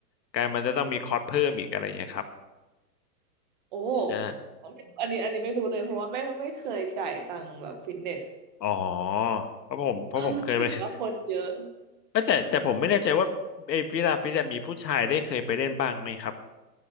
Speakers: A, on the left (about 80°); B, on the right (about 30°).
A: กลายมันจะต้องมีคอร์สเพิ่มอีกอะไรอย่างเงี้ยครับ
B: โอ้
A: ใช่
B: อันนี้อันนี้ไม่รู้เลยเพราะว่าไม่ไม่เคยจ่ายตังค์แบบฟิตเนส
A: อ๋อเพราะผมเพราะผมเคยไป
B: รู้สึกว่าคนเยอะ
A: <laughs> เอ้ยแต่แต่ผมไม่แน่ใจว่าไอ้ฟิลาฟิตเนสมีผู้ชายได้เคยไปเล่นบ้างไหมครับ